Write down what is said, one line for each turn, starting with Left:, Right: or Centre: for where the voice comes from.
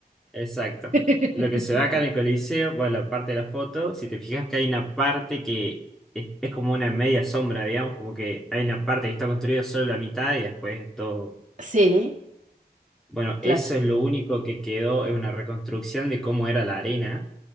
Centre: Exacto.
Right: <laughs>
Centre: Lo que se ve acá en el Coliseo, bueno, la parte de la foto, si te fijas que hay una parte que es, es como una media sombra, digamos, como que hay una parte que está construida solo la mitad y después todo.
Right: Sí,
Centre: Bueno,
Right: claro.
Centre: eso es lo único que quedó, es una reconstrucción de cómo era la arena.